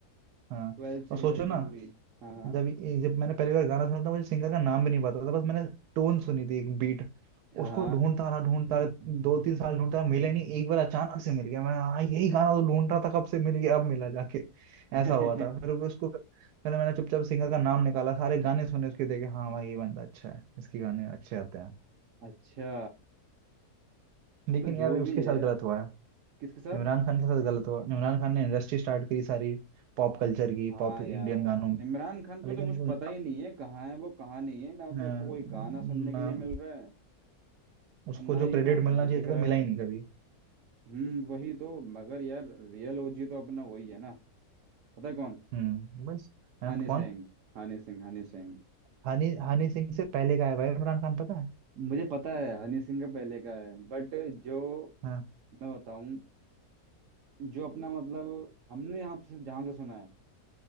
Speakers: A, on the right; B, on the right.
A: हाँ
B: ट्वेल्व सीरीज
A: और सोचो
B: आई थी
A: ना
B: पूरी हाँ हाँ
A: जब जब मैंने पहली बार गाना सुना था मुझे सिंगर का नाम भी नहीं पता था बस मैंने टोन सुनी थी एक बीट
B: हाँ
A: उसको ढूंढता रहा ढूंढता रहा दो तीन साल ढूंढता रहा मिले नहीं एक बार अचानक से मिल गया मैं हाँ यही गाना तो ढूंढ रहा था कब से मिल गया अब मिला जाके
B: <laughs>
A: ऐसा हुआ था फिर वो उसको फिर मैंने चुपचाप सिंगर का नाम निकाला सारे गाने सुने उसके देखे हाँ भाई ये बंदा अच्छा है इसके गाने अच्छे आते हैं
B: अच्छा
A: लेकिन
B: चलो जो
A: यार
B: भी
A: उसके साथ
B: है
A: गलत हुआ है
B: किसके साथ
A: इमरान खान के साथ गलत हुआ इमरान खान ने इंडस्ट्री स्टार्ट करी सारी पॉप कल्चर की
B: हाँ
A: पॉप इंडियन
B: यार
A: गानों में
B: इमरान खान को
A: लेकिन
B: तो कुछ
A: वो
B: पता ही नहीं है कहाँ है वो कहाँ नहीं है ना तो
A: ना-
B: उसको कोई गाना सुनने के लिए मिल रहा है
A: उसको
B: और ना ही
A: जो क्रेडिट
B: वो, वो
A: मिलना चाहिए
B: दिख रहा
A: था मिला
B: है
A: ही नहीं कभी
B: हम्म वही तो मगर यार रियल ओजी तो अपना वही है ना पता है कौन
A: हम्म बस हम
B: हनी
A: कौन
B: सिंह हनी सिंह हनी सिंह
A: हानि हानि सिंह से पहले का है भाई इमरान खान पता है
B: मुझे पता है हनी सिंह का पहले का है बट जो
A: हाँ
B: मैं बताऊं जो अपना मतलब हमने यहाँ से जहाँ से सुना है